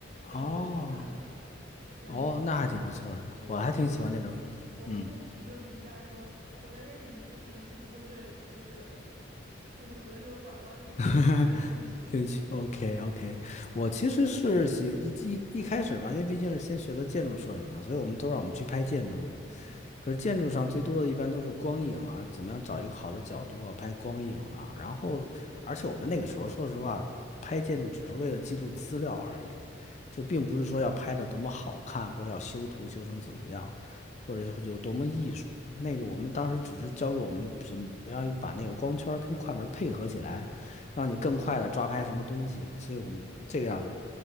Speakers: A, on the right; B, on the left.
A: 然后我就去看了那个，
B: 哦。
A: 然后
B: 哦，那还挺不错的呢，
A: 对我朋友，
B: 我还挺喜欢那种，
A: 我朋友当时的评价说，
B: 嗯，
A: 我在认识你之前是不会对就是就是河流拐弯这种事情感兴趣，
B: <laughs> 兴趣，OK OK，我其实是喜一一一开始嘛，因为毕竟是先学的建筑摄影嘛，所以我们都让我们去拍建筑，
A: <laughs> 嗯。
B: 可是建筑上最多的一般都是光影啊，怎么样找一个好的角度啊，拍光影啊。然后，而且我们那个时候说实话，拍建筑只是为了记录资料而已，就并不是说要拍的多么好看，或者要修图修成怎么样，或者有多么艺术。那个我们当时只是教给我们怎么样把那个光圈儿跟快门儿配合起来，让你更快的抓拍什么东西。所以我们这个样，